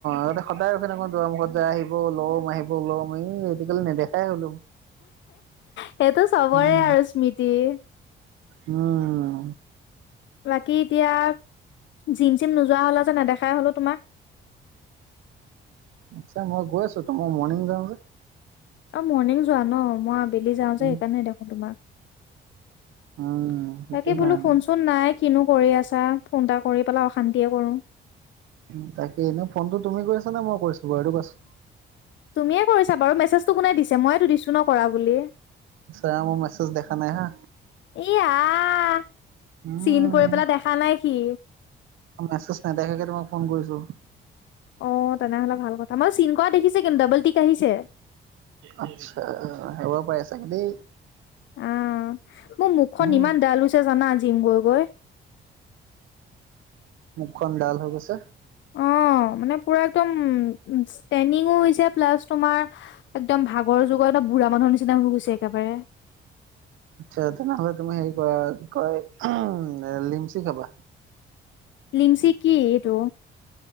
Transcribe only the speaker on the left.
সেইটো চবৰে
আৰু স্মৃতি।
বাকী এতিয়া জিম চিম নোযোৱা হলা যে নেদেখাই হলো তোমাক।
অ মৰ্ণিং যোৱা ন? মই আবেলি যাওঁ
যে সেইকাৰণে নেদেখো তোমাক।
তাকে
বোলো শুনচোন নাই? কিনো কৰি আছা ফোন এটা কৰি পেলাই অশান্তিয়ে কৰো।
তুমিয়ে কৰিছা বাৰু মেছেজটো কোনে দিছে মইতো দিছো ন কৰা বুলি।
এ আহ
চিন কৰি পেলাই দেখা নাই সি।
অ তেনেহলে ভাল কথা মই চিন কৰা দেখিছে কিন্তু ডাবল টিক আহিছে।
আহ মোৰ মুখখন
ইমান ডাল হৈছে জানা আজি জিং গৈ গৈ।
অ মানে পুৰা একদম ষ্টেনিং ও হৈছে প্লাছ তোমাৰ একদম ভাগৰ যুগৰ এটা বুঢ়া মানুহৰ নিচিনা হৈ গৈছে একেবাৰে।
লিমচি কি এইটো